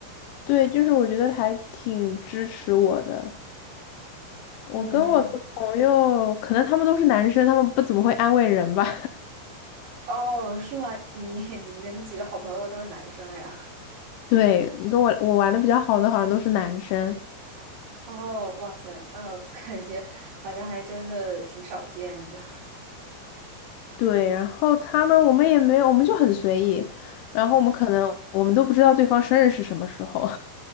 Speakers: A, on the left; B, on the right.
A: 对，就是我觉得还挺支持我的。我跟我的朋友，
B: <laughs> 嗯，
A: 可能他们都是男生，他们不怎么会安慰人吧。
B: 哦，是吗？<laughs> 你你的那几个好朋友都是男生呀？
A: <laughs> 对，你跟我我玩的比较好的，好像都是男生。
B: 哦，哇塞，那感觉好像还真的挺少见的
A: 对，然后他们我们也没有，我们就很随意，然后我们可能我们都不知道对方生日是什么时候。